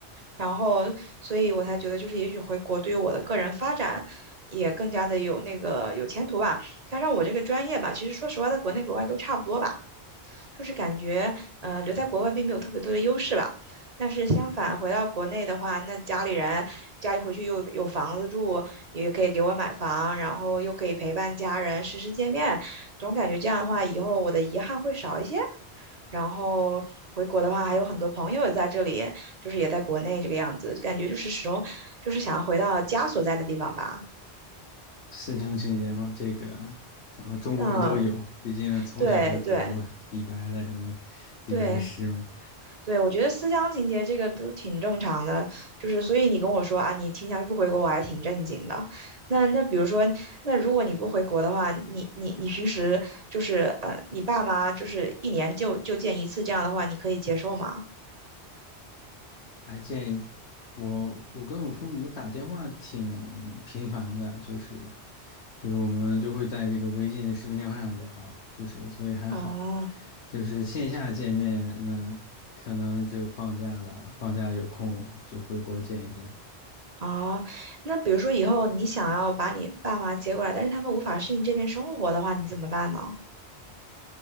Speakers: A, on the right; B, on the left.
A: 然后，所以我才觉得，就是也许回国对于我的个人发展也更加的有那个有前途吧。加上我这个专业吧，其实说实话，在国内国外都差不多吧。就是感觉，呃，留在国外并没有特别多的优势吧。但是相反，回到国内的话，那家里人家里回去又有有房子住，也可以给我买房，然后又可以陪伴家人，时时见面，总感觉这样的话，以后我的遗憾会少一些。然后回国的话，还有很多朋友也在这里，就是也在国内这个样子，感觉就是始终就是想要回到家所在的地方吧。
B: 思乡情结嘛，这个怎么中国人都有，
A: 嗯，
B: 毕竟从小就读李白的什么
A: 对对
B: 李白的诗嘛。
A: 对，对，我觉得思乡情节这个都挺正常的，就是所以你跟我说啊，你倾向于不回国，我还挺震惊的。那那比如说，那如果你不回国的话，你你你平时就是呃，你爸妈就是一年就就见一次这样的话，你可以接受吗？
B: 哎，建议我，我跟我父母打电话挺频繁的，就是就是我们就会在这个微信视频电话上聊，就是所以还好，
A: 啊
B: 就是线下见面，那可能只有放假了，放假了有空就回国见一见吧。
A: 啊，那比如说以后你想要把你爸妈接过来，但是他们无法适应这边生活的话，你怎么办呢？